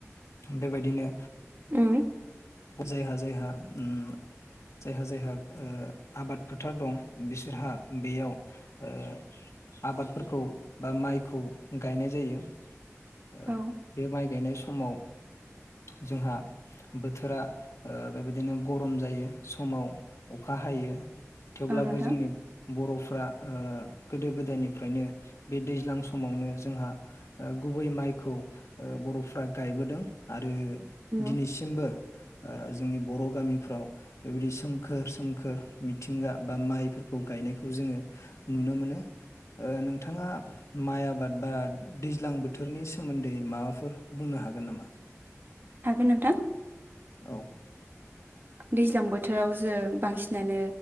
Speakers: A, on the left; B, on the right.
A: बेबायदिनो
B: ओम
A: जायहा जायहा ओम जायहा जायहा ओ आबाद फोथार दं बिसोरहा बेयाव ओ आबादफोरखौ बा माइखौ गायनाय जायो ओ
B: औ
A: बे माइ गायनाय स समाव जोंहा बो बोथोरा बेबायदिनो गरम जायो समाव अखा हायो थेवब्लाबो
B: औ नोंथां
A: जोंनि बरफ्रा गोदो गोदायनिफ्रायनो बे दैज्लां समावनो जोंहा गुबै माइखौ बरफ्रा गायबोदों आरो दिनैसिमबो
B: औ
A: जोंनि बर गामिफ्राव बेबायदि सोमखोर सोमखोर मिथिंगा बा माइफोरखौ गायनायखौ जोङो नुनो मोनो नोंथाङा माइ आबाद बा दैज्लां बोथोरनि सोमोन्दै माबाफोर बुंनो हागोन नामा
B: हागोन नोंथां
A: औ
B: दैज्लां बोथोराव जों बांसिनानो